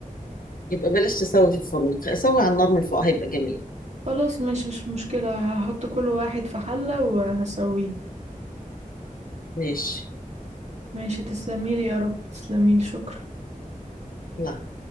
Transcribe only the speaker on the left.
يبقى بلاش تسوي في الفرن سوي على النار من فوق هيبقى جميل
ماشي
لا